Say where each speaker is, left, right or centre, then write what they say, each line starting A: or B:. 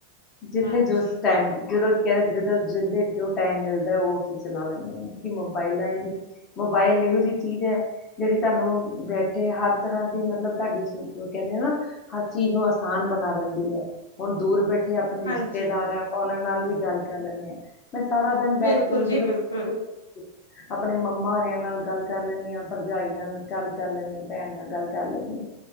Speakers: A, on the left; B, on the left.
A: ਜਿੱਥੇ
B: ਹਾਂਜੀ
A: ਜੋਸ ਟੈਮ
B: ਹਾਂਜੀ
A: ਜਦੋਂ ਕੈ ਜਦੋ ਜਿੰਦੇ ਜੋ ਟਾਈਮ ਮਿਲਦੈ ਓ ਅਸੀ ਚਲਾ ਲੈਂਣੇ ਆਂ, ਕਿਉਂਕਿ ਮੋਬਾਈਲਾ ਇ ਮੋਬਾਇਲ ਏਹੋ ਜੀ ਚੀਜ਼ ਐ, ਜੇੜੀ ਤਾਨੂੰ ਬੈਠੇ ਹਰ ਤਰ੍ਹਾਂ ਕਿ ਮਤਲਬ ਤਾਡੀ ਸੀ ਉ ਕੈੰਦੇ ਐ ਨਾ ਹਰ ਚੀਜ਼ ਨੂੰ ਆਸਾਨ ਬਣਾ ਦੇੰਦੀ ਐ, ਹੁਣ ਦੂਰ ਬੈਠੇ ਜੇ ਅਪਣੇ
B: ਹਾਂਜੀ
A: ਰਿਸ਼ਤੇਦਾਰ ਐ ਆਪਾਂ ਓਨਾਂ ਨਾਲ ਵੀ ਗੱਲ ਕਰ ਲੈਂਣੇ ਆਂ। ਮੈਂ ਸਾਰਾ ਦਿਨ ਬੈਠ
B: ਬਿਲਕੁਲ
A: ਕੇ ਹੁਣ
B: ਜੀ
A: ਜਿਵੇਂ
B: ਬਿਲਕੁਲ
A: <unintelligible> ਅਪਣੇ ਮੰਮਾ ਹੋਰੇਆਂ ਨਾਲ ਗੱਲ ਕਰ ਲੈਣੀ ਆਂ, ਭਰਜਾਈ ਨਾਲ ਗੱਲ ਕਰ ਲੈਣੀ ਆਂ, ਭੈਣ ਨਾਲ ਗੱਲ ਕਰ ਲੈਂਨੀ ਆਂ,